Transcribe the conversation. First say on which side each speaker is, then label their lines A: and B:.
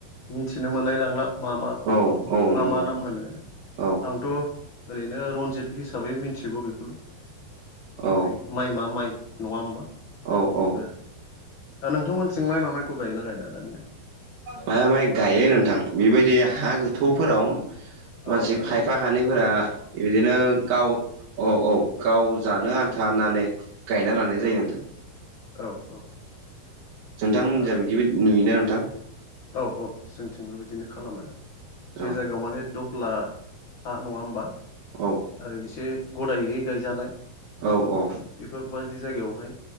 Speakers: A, on the left (about 70°); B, on the right (about 70°).
A: मिथिनो मोनलाय लांला। मा माखौ
B: औ औ
A: मा
B: नंगौ
A: मा नाम होनो
B: औ
A: आंथ' ओरैनो रनजित हिसाबै मिथिगौ बेखौल'
B: औ
A: बेम माइ मा माइ नंङा होमबा
B: औ
A: बेफोरो
B: औ
A: दा नोंथांमोनथिंलाय मा माइखौ गायोना गायला दानिया?
B: मा माय गायो नोंथां बेबायदि हा गोथौफोराव मानसि
A: औ
B: खायफा
A: औ
B: हानायफोरा बिदिनो गाव औ औ गाव जानो आन्था होननानै गायना लानाय जायो
A: औ
B: नोंथां।
A: औ औ।
B: नोंथांमोनिजा
A: दा
B: बिदिबो नुयोना नोंथां।
A: औ औ जोंथिंबो बिदिनो खालामो जे
B: औ
A: जायगायाव माने खुलाहा नङा होमबा?
B: औ।
A: आरो एसे गदायहै गायजानाय।
B: औ औ।
A: बेफोरबायदि जायगायावहाय